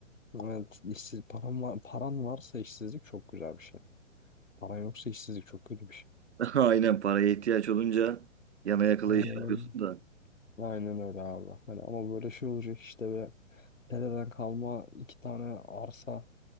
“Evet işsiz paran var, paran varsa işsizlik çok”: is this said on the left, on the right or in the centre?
Left